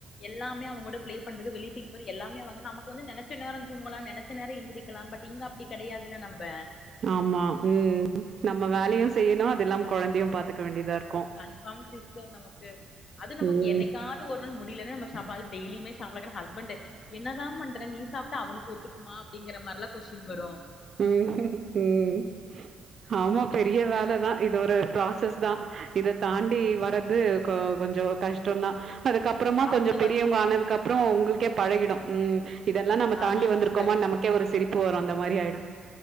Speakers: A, on the left (about 55°); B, on the right (about 50°).
A: எல்லாமே அவங்ளோட ப்ளே பண்றது வெளிய போய் எல்லாமே அவூங்க நமக்கு வந்து நெனச்ச நேரோ தூங்கலா நெனச்ச நேரோ எந்திரிக்கலா பட் இங்க அப்டி கெடையாதுல நம்ப
B: ஆமா ம் நம்ம வேலயூ செய்யணூ அதெல்லாம் குழந்தையூ பாத்துக்க வேண்டியதாருக்
A: கன்ஃபாம் சிஸ்டர் நமக்கு அது நமக்கு
B: ம்.
A: என்னைக்காது ஒர் முடியலானா நம்ம சாப்பாடு டெய்லியூ சாப்ட வெக்கணூ ஹஸ்பண்ட் என்னதா பண்றே நீ சாப்டா அவனுக்கு ஒத்துக்குமா அப்டிங்கற மாரெல்லா கொஸ்டின் வரூ
B: ம் ம் ஆமா பெரிய வேலதா இது ஒரு ப்ராசஸ் தா இத தாண்டி வரீறது கொ கொஞ்சோ கஷ்டந்தா அதுக்கப்றமா
A: அவங்க
B: கொஞ்சோ பெரியவங்கானதுக்கப்
A: வந்
B: அப்றோ உங்களுக்கே பழகிடூ ம் இதெல்லாமக்ஷ நம்ம
A: ஆமாங்
B: தாண்டி வந்திருக்கோமான்
A: சிஸ்டர்
B: நமக்கே ஒரு சிரிப்பு வரூ அந்த மாரி ஆயிடூ